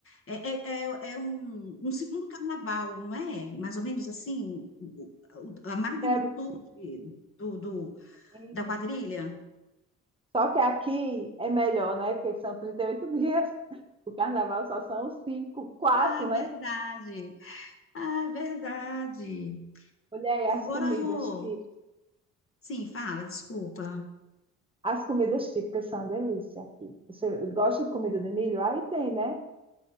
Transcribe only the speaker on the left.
É, é, é- é um, um segundo carnaval, não é? Mais ou menos assim, o- o- a magnitude
do, do-
da quadrilha.
Ai,
verdade. Ai, verdade.
Agora,
Rô,
sim, fala, desculpa.